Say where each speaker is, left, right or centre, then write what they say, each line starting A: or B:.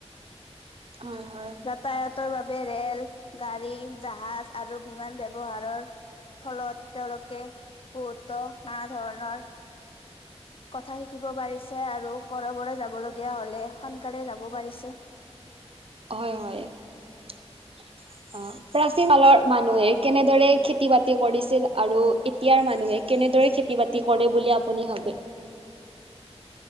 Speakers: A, on the right; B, on the left.
A: হয় হয়।
B: যাতায়াতৰ বাবে ৰেল গাড়ী জাহাজ আৰু বিমান ব্যৱহাৰৰ ফলত তেওঁলোকে বহুতো নানা ধৰণৰ কথা শিকিব পাৰিছে আৰু কৰবলে যাবলগীয়া হ'লে সোনকালে যাব পাৰিছে।
A: হয় হয় অ প্ৰাচীন কালৰ মানুহে কেনেদৰে খেতি-বাতি কৰিছিল আৰু এতিয়াৰ মানুহে কেনেদৰে খেতি-বা- তি কৰে বুলি আপুনি ভাবে?